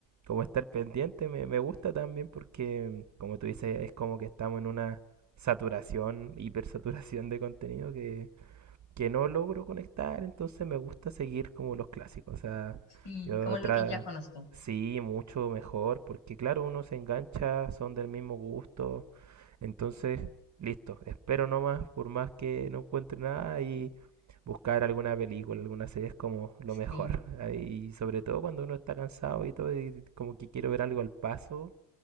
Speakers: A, on the right; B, on the left.
A: como estar pendiente me, me gusta también porque, como tú dices, es como que estamos en una saturación, hipersaturación de contenido que, que no logro conectar, entonces me gusta seguir como los clásicos. O sea,
B: Sí,
A: yo
B: como lo
A: tra
B: que ya conozco.
A: sí, mucho mejor, porque claro, uno se engancha, son del mismo gusto, entonces, listo, espero nomás, por más que no encuentre nada y buscar alguna película, alguna serie es como lo mejor.
B: Sí,
A: Ah, Y sobre todo cuando uno está cansado y todo, y como que quiero ver algo al paso,